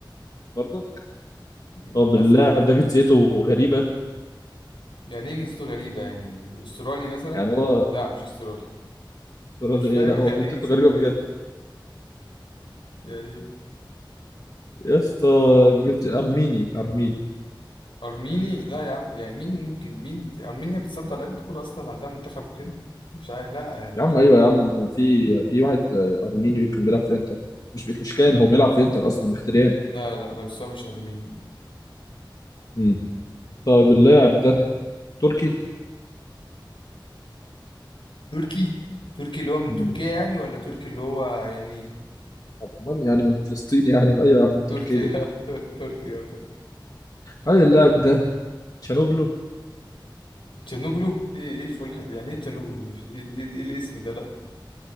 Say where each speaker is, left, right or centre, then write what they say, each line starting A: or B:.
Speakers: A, on the left; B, on the left.
A: برضك؟
B: للاسف
A: طب اللاعب
B: شوف
A: ده جنسيته غريبه
B: يعني ايه جنسيته غريبه يعني استرالي مثلا
A: يعني هو
B: لا مش استرالي
A: ترى
B: مش فاهم
A: إيه؟ لا
B: <laughs>
A: هو
B: يعني
A: جنسيته
B: ايه جنسيته
A: غريبه
B: غريبه
A: بجد
B: يعني إيه؟
A: يا اسطى جنسي- ارميني ارميني
B: ارميني لا يا عم يعني مين ممكن مين دي؟ ارمينيا بتصدر لعيبه كوره اصلا عندها منتخب وكده مش عارف لا يعني
A: يا
B: مش
A: عم
B: ارميني
A: ايوه يا عم في في واحد آه، ارميني كان بيلعب في انتر مش مش كان هو بيلعب في انتر اصلا مختريان
B: لا لا لا بس هو مش ارميني
A: امم طيب اللاعب ده تركي
B: تركي تركي اللي هو من
A: امم
B: تركيا يعني ولا تركي اللي هو يعني
A: امال يعني من فلسطين يعني ايوه يا عم من
B: تركيا
A: تركيا
B: <laughs> تر- تركيا اه تركي
A: هل اللاعب ده تشانوغلو
B: تشانوغلو ايه ايه الفلحة دي يعني ايه تشانوغلو مش ايه, إيه, إيه الاسم ده لا